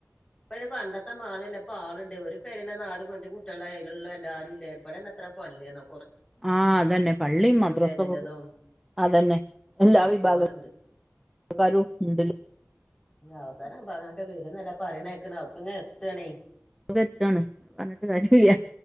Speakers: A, on the left; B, in the centre.
A: ഇപ്പനി പണ്ടത്തെ മാതമല്ല ഇപ്പ ആൾുണ്ട് ഒരു പേരി നാല് മഞ്ചും കുട്ടികളുടെ കയ്യിലുള്ള എല്ലാരും ഇല്ല ഇവിടെന്ന എത്ര പള്ളിയാണോ
B: ആഹ് അതന്നെ പള്ളി മദ്രസ
A: മുജാഹിദിന്റെതും
B: പോകും അതന്നെ എല്ലാ
A: ഒരുപാടുണ്ട്
B: വിഭാഗാരും ഉണ്ടില്ല
A: അവസാനം ആപോൾ അങ്ങനൊക്കെ വരുംന്നല്ല പറയണേക്കണ അവർക്ക് ഇങ്ങ എത്തണേ
B: എത്താണ് പറഞ്ഞിട്ട് കാര്യംില്ല